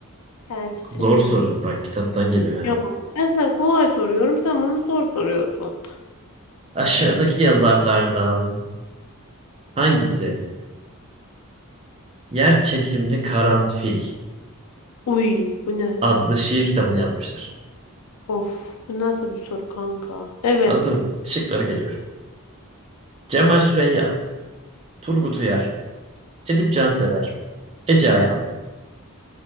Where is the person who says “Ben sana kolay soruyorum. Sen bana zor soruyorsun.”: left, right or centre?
Left